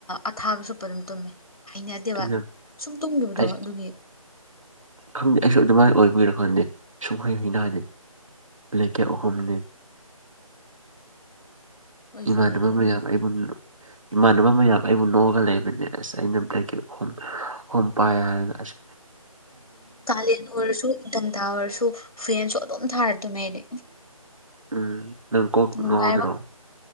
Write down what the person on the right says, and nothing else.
ꯑꯩꯅ
ꯑꯩ
ꯈꯪꯗꯦ ꯑꯩꯁꯨ ꯑꯗꯨꯃꯥꯏꯅ ꯑꯣꯏꯕꯒꯤꯔ ꯈꯪꯗꯦ ꯁꯨꯡꯍꯩ ꯍꯩꯅꯗꯦ ꯕꯪꯀꯦꯠ ꯑꯍꯨꯝꯅꯤ
ꯏꯃꯥꯟꯅꯕ
ꯃꯌꯥꯝ ꯑꯩꯕꯨꯨ ꯏꯃꯥꯟꯅꯕ ꯃꯌꯥꯝ ꯑꯩꯕꯨ ꯅꯣꯛꯑꯒ ꯂꯩꯕꯅꯦ ꯑꯁ ꯑꯩꯅ ꯕꯪꯀꯦꯠ ꯍꯣꯝ ꯄꯥꯏ ꯍꯥꯏꯔꯒ ꯑꯁꯤ
ꯎꯝ ꯅꯪ ꯀꯣꯛ
ꯉꯥꯎꯗ꯭ꯔꯣ